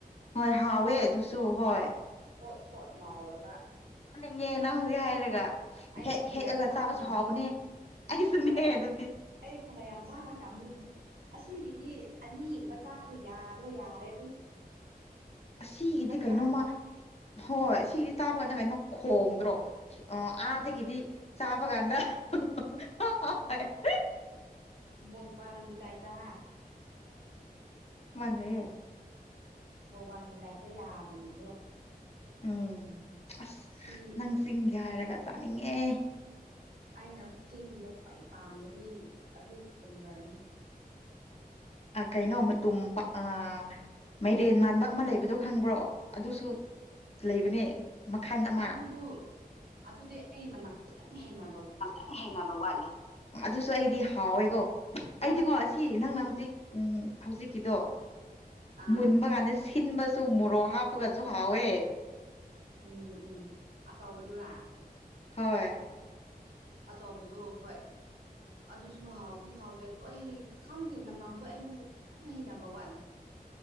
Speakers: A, on the left; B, on the right.
A: ꯍꯣꯏ ꯍꯥꯎꯋꯦ ꯑꯗꯨꯁꯨ ꯍꯣꯏ
B: ꯊꯣꯠ ꯊꯣꯠ ꯂꯥꯎꯔꯒ
A: ꯉꯦ ꯅꯪ ꯍꯨꯖꯤꯛ ꯍꯥꯏꯔꯒ
B: ꯑꯩ
A: ꯍꯦꯛ
B: ꯐꯅ
A: ꯍꯦꯛꯑꯒ
B: ꯌꯥꯝ ꯆꯥꯕ
A: ꯆꯥꯕꯁꯨ
B: ꯉꯝꯅꯤ
A: ꯍꯥꯎꯕꯅꯦ ꯑꯩꯁꯨꯅꯦ
B: ꯍꯣꯏ ꯑꯩ
A: ꯑꯗꯨꯗꯤ
B: ꯑꯩ ꯐꯅ ꯌꯥꯝ ꯆꯥꯕ ꯉꯝꯅꯤ ꯑꯗꯨ ꯑꯁꯤꯒꯤꯗꯤ ꯑꯅꯤꯒꯨꯝꯕ ꯆꯥꯕꯗ ꯌꯥꯗꯣ ꯌꯥꯔꯦ ꯑꯗꯨꯝ
A: ꯑꯁꯤꯒꯤꯗꯤ
B: ꯅꯠꯇ꯭ꯔꯥ
A: ꯀꯩꯅꯣꯃ ꯍꯣꯏ ꯑꯁꯤꯒꯤꯗꯤ ꯆꯥꯕ ꯀꯥꯟꯗ ꯀꯩꯅꯣ ꯈꯣꯡꯗ꯭ꯔꯣ ꯑꯣ ꯑꯥꯗꯒꯤꯗꯤ ꯆꯥꯕ
B: ꯈ꯭ꯔꯣ
A: ꯀꯥꯟꯗ
B: ꯈ꯭ꯔꯣ
A: <unintelligible>
B: ꯃꯨꯛꯕꯥꯡꯒꯤ ꯇꯥꯏꯞꯇ ꯍꯥ
A: ꯍꯨꯝ
B: ꯃꯨꯛꯕꯥꯡꯒꯤ ꯇꯥꯏꯞꯇ ꯌꯥꯕꯅꯦ ꯑꯗꯣ
A: ꯎꯝ ꯑꯁ
B: ꯁꯤ
A: ꯅꯪ ꯆꯤꯡꯒꯤ ꯍꯥꯏꯔꯒ ꯆꯥꯅꯤꯡꯉꯦ
B: ꯑꯩꯅ ꯆꯤꯡꯒꯤꯗ ꯈ꯭ꯋꯥꯏ ꯄꯥꯝꯕꯗꯤ ꯑꯗꯨ ꯀꯨꯀꯨꯝꯕꯔꯅꯦ
A: ꯑ ꯀꯩꯅꯣꯝꯃ ꯇꯨꯝꯄꯥ ꯑ ꯃꯩꯔꯦꯟ ꯃꯥꯟꯕ ꯑꯃ ꯂꯩꯕꯗꯣ ꯈꯪꯕ꯭ꯔꯣ ꯑꯗꯨꯁꯨ ꯂꯩꯕꯅꯦ ꯃꯈꯜ ꯑꯃ
B: ꯑꯗꯨꯗꯨ ꯑꯗꯨꯗꯤ ꯑꯩ ꯃꯅꯝ ꯈꯤꯇꯪ ꯍꯩꯅ
A: ꯑꯇꯪ ꯍꯩꯅꯕ ꯋꯥꯠꯂꯦ ꯑꯗꯨꯁꯨ ꯑꯩꯗꯤ ꯍꯥꯎꯋꯦꯀꯣ ꯑꯩꯗꯤꯀꯣ ꯁꯤ ꯅꯪꯅ ꯍꯧꯖꯤꯛ ꯎꯝ ꯍꯧꯖꯤꯛꯀꯤꯗꯣ
B: ꯑꯥ
A: ꯃꯨꯟꯕ ꯀꯥꯟꯗ ꯁꯤꯟꯕ ꯁꯨ ꯃꯣꯔꯣꯛ ꯍꯥꯞꯄꯒꯁꯨ ꯍꯥꯎꯋꯦ
B: ꯎꯝ ꯎꯝ ꯑꯆꯥꯎꯕꯗꯨꯔꯥ
A: ꯍꯣꯏ
B: ꯑꯆꯕꯗꯣ ꯍꯣꯏ ꯑꯗꯨꯁꯨ ꯍꯥꯎꯗꯤ ꯍꯥꯎꯋꯦ ꯑꯗꯨ ꯑꯩ ꯈꯪꯗꯦ ꯃꯅꯝꯗꯣ ꯑꯩꯉꯣꯟꯗ ꯈꯤꯇꯪ ꯍꯩꯅꯕ ꯋꯥꯠꯂꯦ <inaudible>